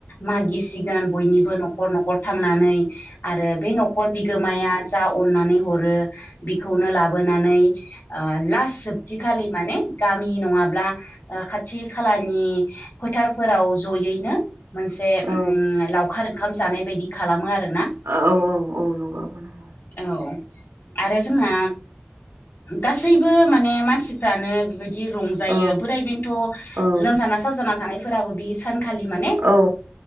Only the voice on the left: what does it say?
मागिसिगोन बयनिबो न'खर न'खर थांनानै आरो बे न'खर बिगोमाया जा अननानै हरो बिखौनो लाबोनानै ओ लास्ट जोब थिखालि माने गामि नङाब्ला ओ खाथि खालानि फोथारफोराव जयैनो मोनसे
उम लावखार ओंखाम जानाय बायदि खालामो आरोना।
औ आरो जोंना गासैबो माने मानसिफ्रानो बेबायदि रं जायो
बोराय बेन्थ'
लोमजाना साजाना थानायफोराबो बि सानखालि माने